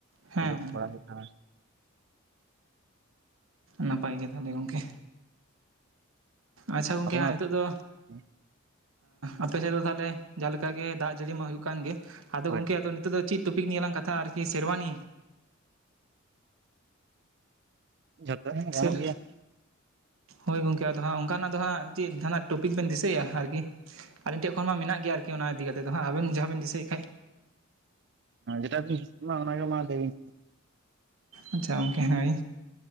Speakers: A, on the right; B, on the right.
A: ᱦᱮᱸ
B: ᱡᱚᱢᱟᱜ
A: ᱦᱮᱸ
B: ᱠᱚᱲᱟᱣ ᱦᱩᱭᱩᱜ ᱠᱟᱱ
A: ᱱᱟᱯᱟᱭ ᱜᱮ ᱛᱟᱦᱚᱞᱮ ᱜᱚᱝᱠᱮ? ᱟᱪᱪᱷᱟ ᱜᱚᱝᱠᱮ
B: ᱟᱫᱚ
A: ᱦᱟᱸ ᱱᱤᱛᱚᱜ ᱫᱚ
B: ᱦᱟᱸᱜ
A: ᱟᱯᱮ ᱥᱮᱫ ᱫᱚ ᱛᱟᱦᱞᱮ ᱡᱟ ᱞᱮᱠᱟ ᱜᱮ ᱫᱟᱜ ᱡᱟᱹᱲᱤ ᱢᱟ ᱦᱩᱭᱩᱜ ᱠᱟᱱ ᱜᱮ ᱟᱫᱚ
B: ᱦᱳᱭ
A: ᱜᱚᱝᱠᱮ
B: ᱦᱳᱭ
A: ᱟᱫᱚ ᱱᱤᱛᱳᱜ ᱫᱚ ᱪᱮᱫ, ᱴᱚᱯᱤᱠ ᱱᱤᱭᱟᱹᱞᱟᱝ ᱠᱟᱛᱷᱟ ᱟᱨᱠᱤ ᱥᱮᱨᱣᱟ ᱱᱤᱭᱮ᱾
B: ᱡᱷᱚᱛᱚ ᱦᱮᱸ ᱜᱟᱱᱚᱜ
A: ᱥᱮᱨ
B: ᱜᱮᱭᱟ,
A: ᱦᱳᱭ ᱜᱚᱝᱠᱮ ᱟᱫᱚ ᱦᱟᱸᱜ ᱚᱱᱠᱟᱱᱟᱜ ᱫᱚ ᱦᱟᱸᱜ ᱪᱮᱫ ᱡᱟᱦᱟᱱᱟᱜ ᱴᱚᱯᱤᱠ ᱵᱮᱱ ᱫᱤᱥᱟᱹᱭᱟ ᱟᱨᱠᱤ? ᱟᱹᱞᱤᱧ ᱴᱷᱮᱱ ᱠᱷᱚᱱ ᱢᱟ ᱢᱮᱱᱟᱜ ᱜᱮᱭᱟ ᱟᱨᱠᱤ ᱚᱱᱟ ᱤᱫᱤ ᱠᱟᱛᱮᱫ ᱦᱟᱸᱜ ᱟᱵᱮᱱ ᱡᱟᱦᱟᱸ ᱵᱮᱤᱱ ᱫᱤᱥᱟᱹᱭᱮᱫ ᱠᱷᱟᱡ,
B: ᱡᱮᱴᱟ ᱵᱤᱱ ᱨᱤᱥᱤᱵ ᱢᱟ ᱚᱱᱟ ᱜᱮ ᱢᱟ ᱞᱟᱹᱭᱵᱤᱱ,
A: ᱟᱪᱪᱷᱟ ᱜᱚᱢᱠᱮ ᱦᱮᱭ